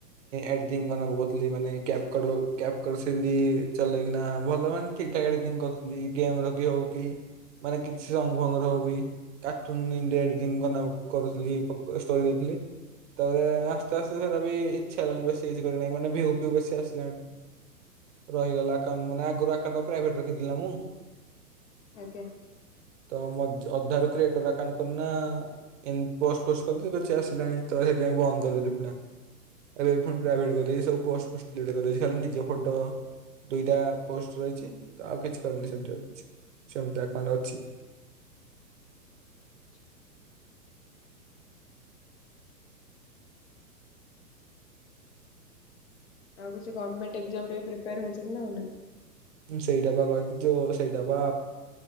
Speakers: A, on the right; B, on the left.
A: ଏଡିଟିଂକୁହୁଥିଲି ମାନେ୍ୟାପ୍ୟାପମତି ଚଲେେଇକିନା ଭଲ ମାନେ ଠିକ ଠା ଏଡି କରୁଥିଲି ଗେମ ରଖି ହଉ କି ମାନେ କିଛି ଭଙ୍ଗର ହଉ ବି କାର୍ଟୁନ ଇଡିଆ ଏଡିଟିଂ କରୁଥିଲିୋ ଦେଉଥିଲି ତାପରେ ଆସ୍ତେ ଆସ୍ତେ ସେଟା ବି ଇଚ୍ଛା ହେଲାଣି ବେଶୀ କିଛି କରିନାହି ମାନେ ଭିଉ ଫିଉ ବେଶୀ ଆସିଲାଣି ରହିଗଲି ମାନେ ଆଗରୁ ଆକାଉଣ୍ଟ ଆଗରୁ ପ୍ରାଇଭେଟ ରଖିଥିଲା ମୁଁ
B: ଆଜ୍ଞା
A: ତ ଅଧାରୁ କ୍ରିଏଟର ଆକାଉଣ୍ଟ କରୁ ନା ଇନ୍ତି ପୋଷ୍ଟ ପୋଷ୍ଟ କରିଦେଲି କିଛି ଆସିଲାଣି ତ ସେଥିପାଇଁ ବନ୍ଦ କରିଦେଲି ପୁଣି ଏବେ ଫୁଣି ପ୍ରାଇଭେଟ କରିଦେଇଛି ସବୁ ପଟ କରିଦେଇଛି ଖାଲି ନିଜ ଫଟୋ ଦୁଇଟା ପୋଷ୍ଟ ରହିଛି ତ ଆଉ କିଛି କରିନି ସେମିତି ଆଉ କିଛି ସେମିତି ଆକାଉଣ୍ଟ ଅଛି
B: ଠିକ ଆଉ କିଛି ଗଭର୍ଣମେଣ୍ଟ ଏକ୍ସାମ ପ୍ରିପେୟାର ହଉଛନ୍ତି ନା ହୋଇନାହାନ୍ତି
A: ସେଇଟା ବା କହିଲି ଯେଉ ସେଇଟା ବା